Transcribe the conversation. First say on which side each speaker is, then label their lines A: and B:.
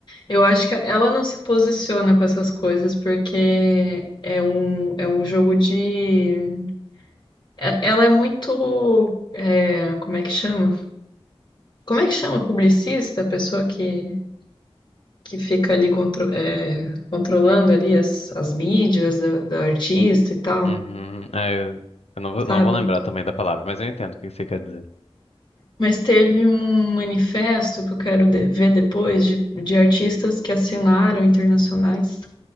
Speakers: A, on the left; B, on the left.
A: eu acho que ela não se posiciona com essas coisas porque é um, é um jogo de, é- ela é muito, é, como é que chama? Como é que chama? Publicista, a pessoa que, que fica ali contro, é, controlando ali as, as mídias da da artista e tal.
B: uhum. Ah, eu, eu não vou,
A: sabe?
B: não vou lembrar também da palavra, mas eu entendo o que você quer dizer.
A: Mas teve um manifesto que eu quero de- ver depois de, de artistas que assinaram internacionais